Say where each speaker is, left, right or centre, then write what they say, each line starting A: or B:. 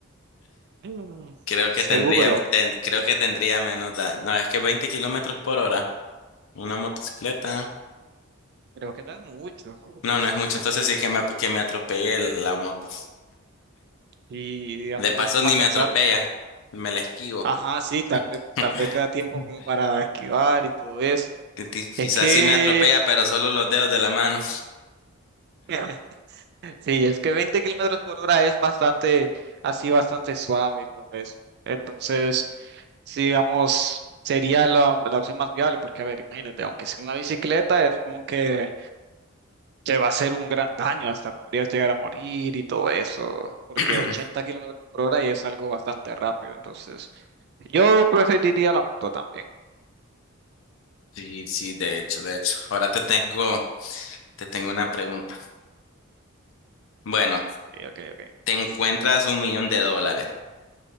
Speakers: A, on the right; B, on the left.
A: Mm.
B: Creo que
A: Seguro.
B: tendría, ten- creo que tendría menos daño. No, es que 20 kilómetros por hora, una motocicleta.
A: Creo que no es mucho.
B: No, no es mucho. Entonces sí que me, que me atropelle el- la moto.
A: Y digamos,
B: De paso
A: es lo más
B: ni
A: sensato
B: me atropella,
A: porque,
B: me la esquivo.
A: ajá, sí, tal vez,
B: <laughs>
A: tal vez te da tiempo como para esquivar y todo eso.
B: Que ti- Quizás
A: Es que,
B: sí me atropella, pero solo los dedos de la mano.
A: <laughs> sí, es que 20 kilómetros por hora es bastante, así, bastante suave y todo eso. Entonces, sí, digamos, sería la, la opción más viable porque, a ver, imagínate, aunque sea una bicicleta, es como que que va a ser un gran daño, hasta podrías llegar a morir y todo eso, porque
B: <clears throat>
A: 80 kilómetros por hora es algo bastante rápido, entonces yo preferiría la moto también.
B: Sí, sí, de hecho, de hecho. Ahora te tengo, te tengo una pregunta. Bueno,
A: Ok, ok, ok.
B: te encuentras un millón de dólares,